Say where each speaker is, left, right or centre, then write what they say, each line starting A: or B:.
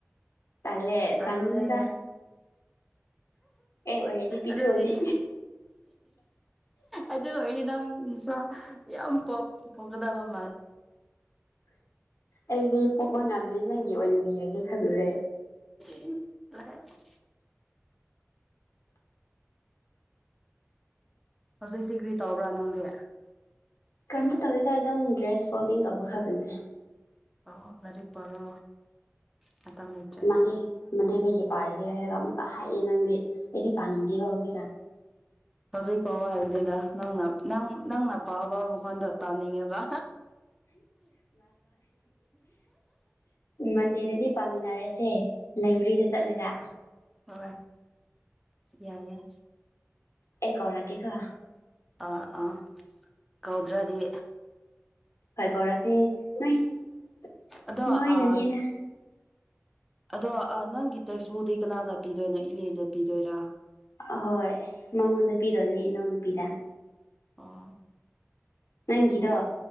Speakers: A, on the left (about 80°); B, in the centre.
A: ꯇꯜꯂꯦ
B: ꯇꯜꯂꯦ
A: ꯇꯟꯒꯥꯅꯨꯗꯥ ꯑꯣꯏꯔꯗꯤ ꯄꯤꯊꯣꯛꯑꯅꯤ
B: ꯑꯗꯨꯗꯤ ꯑꯗꯨ ꯑꯣꯏꯗꯤ ꯗꯝꯆꯥ ꯌꯥꯝ ꯄꯥꯝꯒꯥꯗꯕꯥ ꯃꯥꯜꯂꯦ
A: ꯑꯩꯗꯤ ꯄꯣꯛꯄ ꯉꯝꯗ꯭ꯔꯤ ꯅꯪꯒꯤ ꯑꯣꯏꯅ ꯌꯦꯡꯒꯦ ꯈꯜꯂꯨꯔꯦ
B: <unintelligible> ꯍꯧꯖꯤꯛꯇꯤ ꯀ꯭ꯔꯤ ꯇꯧꯕ꯭ꯔꯥ ꯅꯪꯗꯤ
A: ꯀꯩꯝꯇꯥ ꯇꯧꯗꯦꯗꯥ ꯑꯗꯨꯝ ꯗ꯭ꯔꯦꯁ ꯐꯣꯜꯗꯤꯡ ꯇꯧꯕ ꯈꯛꯇꯥꯅꯦ
B: ꯄꯥꯎꯑꯣ ꯂꯥꯏꯔꯤꯛ ꯄꯥꯔꯣ ꯃꯇꯝ ꯂꯩꯇ꯭ꯔꯦ
A: ꯅꯪꯗꯤ ꯃꯟꯗꯦꯗꯥꯒꯤ ꯄꯥꯔꯒꯦ ꯍꯥꯏꯔꯒ ꯑꯃꯨꯛꯀꯥ ꯍꯥꯏꯑꯦ ꯅꯪꯗꯤ ꯑꯩꯗꯤ ꯄꯥꯅꯤꯡꯗꯦꯕꯥ ꯍꯧꯖꯤꯛꯀꯥꯟ
B: ꯍꯧꯖꯤꯛ ꯄꯥꯎ ꯍꯥꯏꯕꯅꯤꯗ ꯅꯪꯅ ꯅꯪ ꯅꯪꯅ ꯄꯥꯕ ꯃꯈꯣꯟꯗꯣ ꯇꯥꯅꯤꯡꯉꯦꯕ
A: ꯃꯟꯗꯦꯗꯤ ꯄꯥꯃꯤꯟꯅꯔꯁꯦ ꯂꯥꯏꯕ꯭ꯔꯦꯔꯤꯗ ꯆꯠꯂꯥꯒꯥ
B: ꯍꯣꯏ ꯌꯥꯏꯌꯦ
A: ꯑꯩ ꯀꯧꯔꯛꯀꯦ ꯀꯣ
B: ꯑꯥ ꯑꯥ ꯀꯧꯗ꯭ꯔꯥꯗꯤ
A: <unintelligible>
B: ꯑꯗꯣ
A: ꯅꯣꯏꯅꯅꯦꯗ
B: ꯑꯥ ꯑꯗꯣ ꯅꯪꯒꯤ ꯇꯦꯛꯁꯕꯨꯛꯇꯤ ꯀꯅꯥꯗꯥ ꯄꯤꯗꯣꯏꯅꯣ ꯏꯅꯦꯗꯥ ꯄꯤꯗꯣꯏꯔꯥ
A: ꯑꯍꯣꯏ ꯃꯉꯣꯟꯗꯥ ꯄꯤꯗꯣꯏꯅꯦ ꯏꯅꯥꯎꯅꯨꯄꯤꯗꯥ
B: ꯑꯣ
A: ꯅꯪꯒꯤꯗꯣ